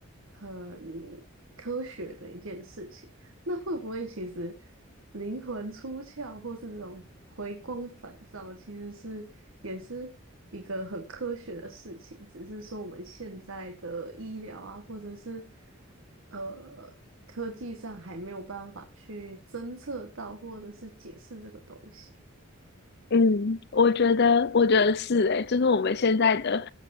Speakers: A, on the right (about 65°); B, on the left (about 50°).
A: 很科学的一件事情。那会不会其实灵魂出窍，或是这种回光返照，其实是也是一个很科学的事情？只是说我们现在的医疗啊，或者是呃科技上还没有办法去侦测到，或者是解释这个东西。
B: 嗯，我觉得，我觉得是诶，就是我们现在的